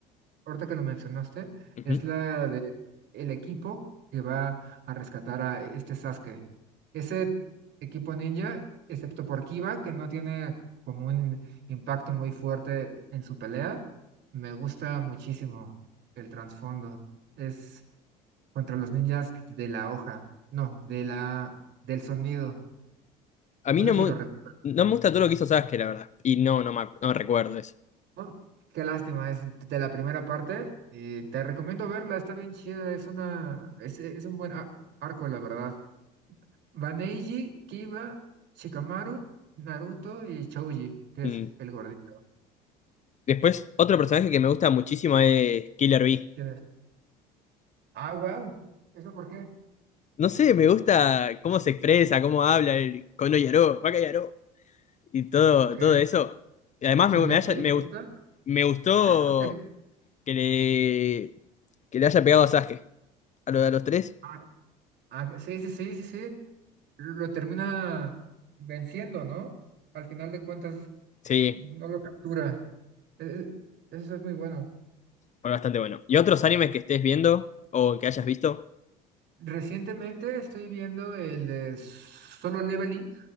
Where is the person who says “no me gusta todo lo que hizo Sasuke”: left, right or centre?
Left